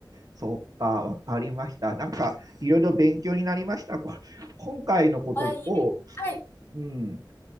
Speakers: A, on the right (about 50°); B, on the left (about 30°).
A: そうか、わかりました。なんか、いろいろ勉強になりました。こ今回のことを、
B: はいえ、はい。
A: うん。